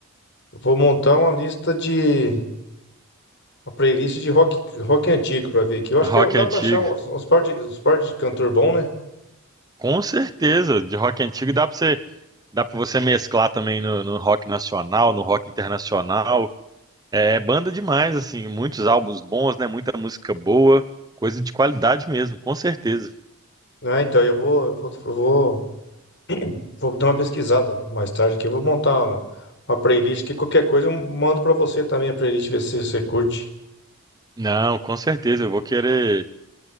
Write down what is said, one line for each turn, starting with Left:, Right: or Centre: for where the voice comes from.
Left: eu vou montar uma lista de uma playlist de rock, rock antigo pra ver aqui. Eu acho
Right: Rock
Left: que dá
Right: antigo.
Left: pra achar uns, uns par de, uns par de cantor bom, né?
Right: Com certeza, de rock antigo dá para você, dá para você mesclar também no, no rock nacional, no rock internacional. É é banda demais, assim, muitos álbuns bons, né? Muita música boa, coisa de qualidade mesmo, com certeza.
Left: Ah, então eu vou, eu vou, eu vou, vou dar uma pesquisada mais tarde aqui, eu vou montar uma, uma playlist que qualquer coisa eu mando pra você também a playlist ver se você curte.
Right: Não, com certeza, eu vou querer